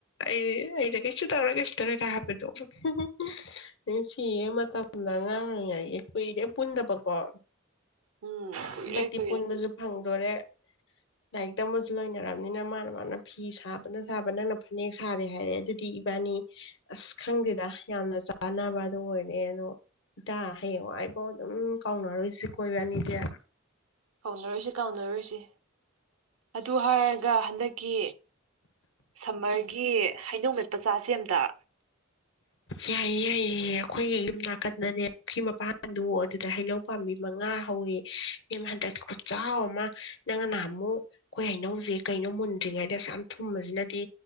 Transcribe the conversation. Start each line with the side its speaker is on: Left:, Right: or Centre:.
Left: ꯑꯩ ꯑꯩꯅꯒ ꯀꯩꯁꯨ ꯇꯧꯔꯣꯏ ꯀꯩꯁꯨ ꯇꯧꯔꯣꯏ ꯒ ꯍꯥꯏꯕꯗꯣ <unintelligible> ꯁꯤꯌꯦ ꯃꯇꯝ ꯂꯉꯥꯡꯉ ꯀꯨꯏꯔꯦ ꯄꯨꯟꯗꯕꯀꯣ
Right: ꯎꯝ ꯀꯨꯏꯔꯦ
Left: ꯍꯟꯗꯛꯇꯤ
Right: ꯀꯨꯏꯔꯦ
Left: ꯄꯨꯟꯕꯁꯨ ꯐꯪ ꯂꯣꯔꯦ ꯂꯥꯏꯔꯤꯛꯇꯝꯕꯁꯨ ꯂꯣꯏꯅꯔꯕꯅꯤꯅ ꯃꯥꯅ ꯃꯥꯅ ꯐꯤ ꯁꯥꯕꯅ ꯁꯥꯕ ꯅꯪꯅ ꯐꯅꯦꯛ ꯁꯥꯔꯦ ꯍꯥꯏꯔꯦ ꯑꯗꯨꯗꯤ ꯏꯕꯥꯅꯤ ꯑꯁ ꯈꯪꯗꯦꯗ ꯌꯥꯝꯅ ꯆꯥꯅꯕꯗ ꯑꯣꯏꯔꯦ ꯑꯗꯣ ꯏꯇꯥ ꯍꯌꯦꯡꯋꯥꯏꯐꯥꯎ ꯑꯗꯨꯝ ꯀꯥꯎꯅꯔꯣꯏ ꯦ ꯀꯣꯏ ꯅꯤꯗꯌꯥ
Right: ꯀꯥꯎꯅꯔꯣꯏꯁꯤ ꯀꯥꯎꯅꯔꯣꯏꯁꯤ ꯑꯗꯨ ꯍꯥꯏꯔꯒ ꯍꯟꯗꯛꯀꯤ ꯁꯝꯃꯔꯒꯤ ꯍꯩꯅꯧ ꯃꯦꯠ ꯄꯆꯥꯁꯤ ꯑꯝꯇ
Left: ꯌꯥꯏꯌꯦ ꯌꯥꯏꯌꯦ ꯑꯩꯈꯣꯏꯒꯤ ꯌꯨꯝ ꯅꯥꯀꯟꯗꯅꯦ ꯄꯨꯈ꯭ꯔꯤ ꯃꯄꯥꯜꯗꯣ ꯑꯗꯨꯗ ꯍꯩꯅꯧ ꯄꯥꯝꯕꯤ ꯃꯉꯥ ꯍꯧꯋꯦ ꯏꯕꯦꯝꯃ ꯍꯟꯗꯛꯇ ꯈꯨꯆꯥꯎ ꯑꯃ ꯅꯪꯅ ꯑꯃꯨꯛ ꯑꯩꯈꯣꯏ ꯍꯩꯅꯧꯁꯦꯀꯩꯅꯣ ꯃꯨꯟꯗ꯭ꯔꯤꯉꯩꯗ ꯑꯁ ꯌꯥꯝ ꯊꯨꯝꯕꯁꯤꯅꯗꯤ